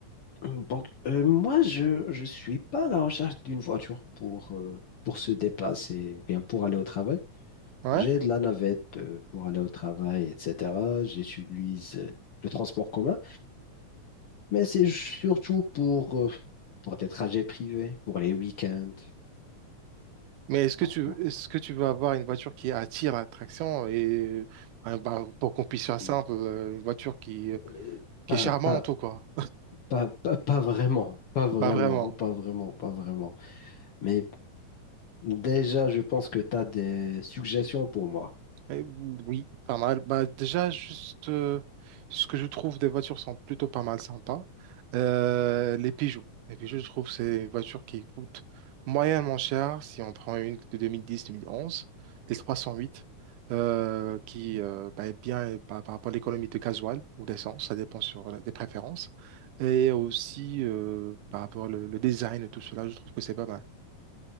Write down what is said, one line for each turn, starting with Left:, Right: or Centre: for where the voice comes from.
Left: <clears throat> donc, euh, moi, je je suis pas à la recherche d'une voiture pour, euh, pour se déplacer, ou bien pour aller au travail.
Right: Ouais.
Left: J'ai de la navette euh, pour aller au travail, etc. J'utilise euh, le transport commun. Mais c'est surtout pour, euh, pour des trajets privés, pour les week-ends,
Right: Mais est-ce que
Left: pour,
Right: tu,
Left: pour-
Right: est-ce que tu veux avoir une voiture qui attire l'attraction et euh, bah, pour qu'on puisse faire simple,
Left: euh,
Right: euh, une voiture qui, euh,
Left: euh,
Right: qui
Left: pas,
Right: est charmante
Left: pas,
Right: ou quoi?
Left: pas, pas, pas vraiment, pas vraiment,
Right: <laughs> Pas vraiment.
Left: pas vraiment, pas vraiment. Mais déjà, je pense que tu as des suggestions pour moi.
Right: Eh oui, pas mal. Bah, déjà, juste euh, ce que je trouve des voitures sont plutôt pas mal sympas. Euh, les Peugeot. Les Peugeot, je trouve, c'est une voiture qui coûte moyennement cher si on prend une de 2010-2011, des 308, euh, qui euh, bah, est bien par, par rapport à l'économie de gasoil ou d'essence, ça dépend sur la- des préférences. Et aussi euh, par rapport au le design et tout cela, je trouve que c'est pas mal.